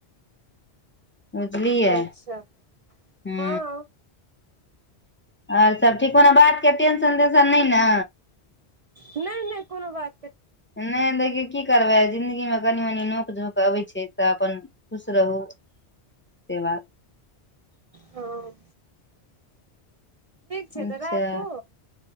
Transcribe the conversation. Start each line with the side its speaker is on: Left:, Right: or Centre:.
Left: बुझलियै
Right: अच्छा
Left: हूँ
Right: हँ
Left: आर सब ठीक हो ने बातके टेंशन तेंशन नहि ने
Right: नहि नहि कोनो बात
Left: नहि देखियौ की करबै जिंन्दगीमे कनि मनी नोक झोंक अबैत छै तऽ अपन खुश रहू से बात
Right: हाँ छै
Left: अच्छा
Right: तऽ राखू